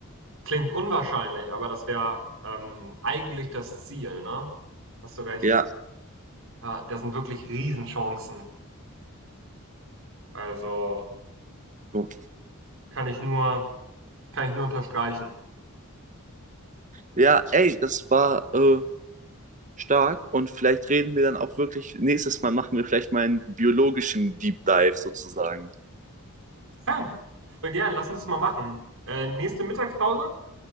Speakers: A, on the right; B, on the right.
A: klingt unwahrscheinlich, aber das wäre ähm, eigentlich das Ziel, ne? Hast du recht.
B: ja,
A: Ja, das sind wirklich Riesenchancen. Also
B: so.
A: kann ich nur, kann ich nur unterstreichen.
B: Ja, ey, das war äh, stark und vielleicht reden wir dann auch wirklich, nächstes Mal machen wir vielleicht mal einen biologischen Deep Dive sozusagen.
A: Ja, voll gern, lass uns das mal machen. Äh, nächste Mittagspause?